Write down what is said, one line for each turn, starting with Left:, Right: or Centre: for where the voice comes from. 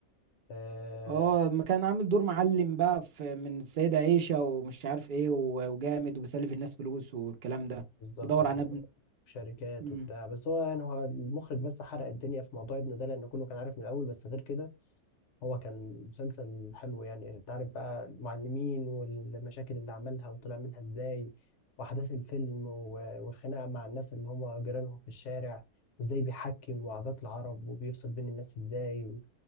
Left: آه
Right: اه ما كان عامل دور معلم بقى في من السيده عيشه ومش عارف ايه و- وجامد وبيسلف الناس فلوس والكلام ده
Left: بالظبط
Right: بدور
Left: كده
Right: عن
Left: شركات
Right: ابنه
Left: وبتاع بس هو يعني هو المخرج بس حرق الدنيا في موضوع ابنه ده لأن كله كان عارف من الأول بس غير كده هو كان مسلسل حلو يعني أنت عارف بقى المعلمين والمشاكل اللي عملها وطلع منها إزاي وأحداث الفيلم و- والخناقة مع الناس اللي هم جيرانهم في الشارع وإزاي بيحكم وعادات العرب وبيفصل بين الناس إزاي و-